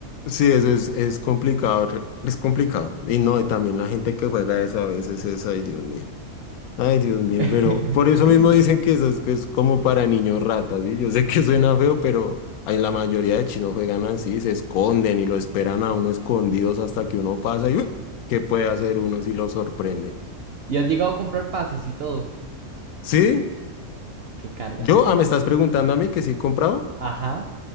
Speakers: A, on the left (about 80°); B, on the right (about 65°).
A: sí, eso es, es complicado, re- es complicado. Y no, y también la gente que juega eso a veces es, ay, Dios mío. Ay, Dios mío,
B: <laughs>
A: pero por eso mismo dicen que eso es, que es como para niños ratas, ¿sí? Yo sé que suena feo, pero en la mayoría de chinos juegan así, se esconden y lo esperan a uno escondidos hasta que uno pasa y ¡uh! ¿qué puede hacer uno si lo sorprende?
B: Y has llegado a comprar pases y todo.
A: ¿Sí?
B: Qué carga.
A: ¿Yo? Ah, ¿me estás preguntando a mí que sí he comprado?
B: Ajá,